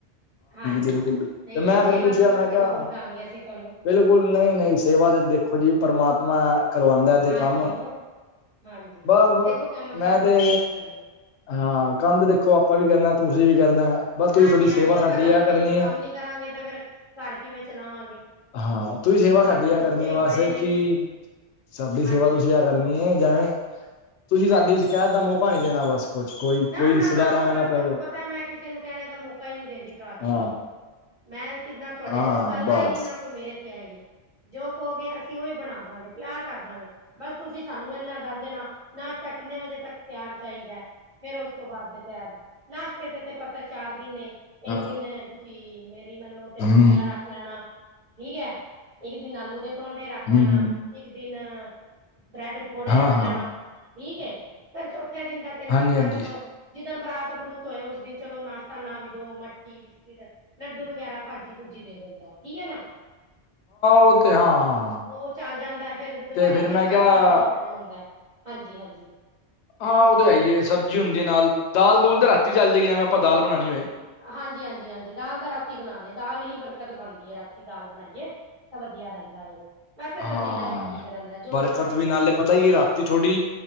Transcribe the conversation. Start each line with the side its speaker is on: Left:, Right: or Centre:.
Right: ਹਾਂਜੀ
Left: ਬਿਲਕੁਲ ਤੇ
Right: ਨਹੀਂ ਨਹੀਂ
Left: ਮੈਂ ਫਿਰ
Right: ਸੇਵਾ
Left: ਪੁੱਛਿਆ
Right: ਦਾ
Left: ਮੈਂ
Right: ਮੌਕਾ
Left: ਕਿਹਾ
Right: ਜ਼ਰੂਰ ਦਾਂਗੇ ਅਸੀਂ ਤੁਹਾਨੂੰ
Left: ਬਿਲਕੁਲ ਨਹੀਂ ਨਹੀਂ ਸੇਵਾ
Right: ਹਾਂਜੀ
Left: ਤੇ ਦੇਖੋ ਜੀ ਪਰਮਾਤਮਾ ਕਰਵਾਉਂਦਾ ਏਦੇ
Right: ਹਾਂਜੀ
Left: ਕੰਮ
Right: ਹੋਰ ਹਾਂਜੀ
Left: ਬ
Right: ਦੇਖੋ ਕੰਮ ਤਾਂ
Left: ਮੈਂ
Right: ਅੱਜ
Left: ਤੇ
Right: ਕਰਨਾ ਹੀ ਕਰਨਾ
Left: ਹਾਂ ਕੰਮ
Right: ਹਾਂਜੀ
Left: ਤੇ ਦੇਖੋ ਆਪ ਆਪਾਂ ਵੀ ਕਰਨਾ ਤੁਸੀ ਵੀ ਕਰਨਾ ਬਸ ਤੁਸੀਂ
Right: ਹਾਂਜੀ
Left: ਤੁਹਾਡੀ ਸੇਵਾ
Right: ਹਾਂਜੀ ਉਹ
Left: ਸਾਡੀ
Right: ਤਾਂ ਗੱਲ
Left: ਆ
Right: ਸਹੀ
Left: ਕਰਨੀ
Right: ਹੈ ਕੰਮ ਨੀ ਕਰਾਂਗੇ ਤੇ ਫਿਰ ਘਰ ਕਿਵੇਂ ਚਲਾਵਾਂਗੇ
Left: ਹਾਂ ਤੁਸੀਂ ਸੇਵਾ
Right: ਘਰ
Left: ਸਾਡੀ
Right: ਦੇ ਖਰਚੇ
Left: ਆ ਕਰਨੀ
Right: ਹੀ
Left: ਆ ਬਸ
Right: ਬੜੇ ਨੇ
Left: ਕੀ ਸਾਡੀ
Right: ਹਾਂਜੀ
Left: ਸੇਵਾ ਤੁਸੀਂ ਆ ਕਰ ਜਾਵੇ ਤੁਸੀਂ
Right: ਹਾਂਜੀ
Left: ਸਾਡੀ ਸ਼ਿਕਾਇਤ ਦਾ ਮੌਕਾ ਨਹੀਂ ਦੇਣਾ ਬਸ ਕੁਛ ਕੋਈ
Right: ਨਾ
Left: ਕੋਈ
Right: ਨਾ
Left: ਰਿਸ਼ਤੇਦਾਰ
Right: ਨਾ ਉਹ
Left: ਐਵੇਂ
Right: ਤਾਂ ਤੁਹਾਨੂੰ
Left: ਕਹੇ
Right: ਪਤਾ ਮੈਂ ਕਿਸੇ ਨੂੰ ਕਹਿਣੇ ਦਾ ਮੌਕਾ ਹੀ ਨਹੀਂ ਦਿੰਦੀ ਭਰਾ ਜੀ
Left: ਹਾਂ
Right: ਮੈਂ ਕਿ ਨਾ ਤੁਹਾਡੇ
Left: ਹਾਂ
Right: ਤੇ ਕੋਈ ਗੱਲ ਆਏਗੀ
Left: ਬਸ
Right: ਨਾ ਕੋਈ ਮੇਰੇ ਤੇ ਆਏਗੀ ਜੋ ਕਹੋਗੇ ਅਸੀਂ ਉਹੀ ਬਣਾ ਦਾਂਗੇ ਤਿਆਰ ਕਰ ਦਾਂਗੇ ਬਸ ਤੁਸੀਂ ਸਾਨੂੰ ਇਨਾ ਦੱਸ ਦੇਣਾ ਨਾਸ਼ਤਾ ਕਿੰਨੇ ਵਜੇ ਤੱਕ ਤਿਆਰ ਚਾਹੀਦਾ ਫੇਰ ਉਸ ਤੋਂ ਬਾਅਦ ਦੁਪਹਿਰ ਨਾਸ਼ਤੇ ਤੇ ਤੇ ਪਤਾ ਚਾਰ ਦਿਨ ਇੱਕ
Left: ਹਾਂ
Right: ਦਿਨ ਤੁਸੀਂ ਮੇਰੀ ਮੰਨੋ ਤੇ
Left: ਹਮ
Right: ਪੂੜੀਆਂ ਰੱਖ ਲੈਣਾ ਠੀਕ ਹੈ। ਇੱਕ ਦਿਨ ਆਲੂ ਦੇ ਪਰੌਂਠੇ ਰੱਖ ਲੈਣਾ
Left: ਹਮ ਹਮ
Right: ਇੱਕ ਦਿਨ ਬ੍ਰੈਡ ਪਕੌੜੇ
Left: ਹਾਂ
Right: ਰੱਖ ਲੈਣਾ।
Left: ਹਾਂ
Right: ਠੀਕ ਹੈ ਪਰ ਚੌਥੇ ਦਿਨ ਦਾ
Left: ਹਾਂਜੀ ਹਾਂਜੀ
Right: ਜਿਸਦ ਦਿਨ ਬਰਾਤ ਬਰੂਤ ਹੋਏ ਉਸ ਦਿਨ ਚਲੋ ਨਾਸ਼ਤਾ ਨਾ ਵੀ ਦੋ ਮੱਠੀ ਵੀ ਬਿਸਕਿਟ ਲੱਡੂ ਵਗੈਰਾ ਭਾਜੀ ਭੂਜੀ ਦੇ ਦਿੰਦਾ ਠੀਕ ਹੈ ਨਾ ਹਾਂ
Left: ਉਹ ਤੇ ਹਾਂ
Right: ਉਹ ਚੱਲ ਜਾਂਦਾ ਫਿਰ ਦੁਪਹਿਰੀ
Left: ਤੇ
Right: ਫਿਰ
Left: ਮੈਂ ਕਿਹਾ
Right: ਜਾ ਕੇ ਹੈਵੀ ਖਾਣਾ ਆਂਦਾ ਹਾਂਜੀ ਹਾਂਜੀ
Left: ਹਾਂ ਉਹ ਤਾਂ ਹੈ ਹੀ ਏ ਸਬਜ਼ੀ ਹੁੰਦੀ ਹੈ ਨਾਲ ਦਾਲ ਦੂਲ ਤਾਂ ਰਾਤੀ ਚੱਲ ਜਾਏਗੀ ਜਵੇਂ ਆਪਾਂ ਦਾਲ ਬਣਾਉਣੀ ਹੋਏ
Right: ਹਾਂਜੀ ਹਾਂਜੀ ਹਾਂਜੀ ਦਾਲ ਦਾ ਰਾਤੀ ਬਣਾ ਲਏ ਦਾਲ ਹੀ ਬਰਕਤ ਪਾਂਦੀ ਏ ਰਾਤੀ ਦਾਲ ਬਣਾਈਏ ਤਾਂ ਵਧੀਆ ਰਹਿੰਦਾ ਏ, ਵੈਸੇ
Left: ਹਾਂ
Right: ਤਾਂਦੀ ਨਾਲ ਵੀ ਠੀਕ ਰਹਿੰਦਾ ਜੋ
Left: ਬਰਕਤ
Right: ਤੁਹਾਡੇ
Left: ਵੀ ਨਾਲੇ ਪਤਾ
Right: ਤੁਸੀਂ
Left: ਹੀ ਰਾਤੀ ਥੋੜੀ